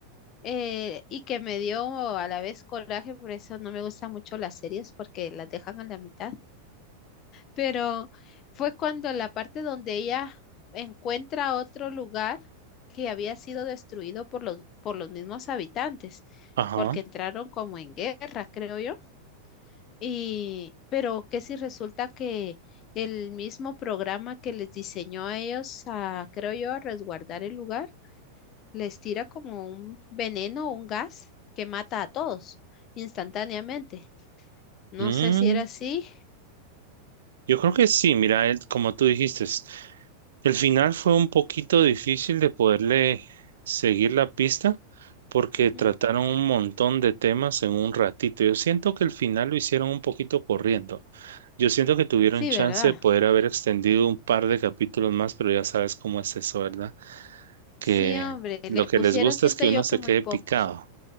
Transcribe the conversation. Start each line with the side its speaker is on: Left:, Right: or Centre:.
Left: eh, y que me dio a la vez coraje, por eso no me gustan mucho las series porque las dejan a la mitad, pero fue cuando la parte donde ella encuentra otro lugar que había sido destruido por los, por los mismos habitantes,
Right: Ajá.
Left: porque entraron como en guerra, creo yo, y pero que si resulta que el mismo programa que les diseñó a ellos a, creo yo, a resguardar el lugar, les tira como un veneno o un gas que mata a todos instantáneamente. No
Right: Mm,
Left: sé si era así.
Right: yo creo que sí, mira, él, como tú dijiste, El final fue un poquito difícil de poderle seguir la pista porque
Left: Ujú.
Right: trataron un montón de temas en un ratito. Yo siento que el final lo hicieron un poquito corriendo. Yo siento que tuvieron
Left: Sí,
Right: chance
Left: ¿verdad?
Right: de poder haber extendido un par de capítulos más, pero ya sabes cómo es eso, ¿verdad? Que
Left: Sí, hombre,
Right: lo
Left: le
Right: que
Left: pusieron,
Right: les gusta
Left: siento
Right: es que
Left: yo
Right: uno se
Left: que muy
Right: quede
Left: pocos.
Right: picado.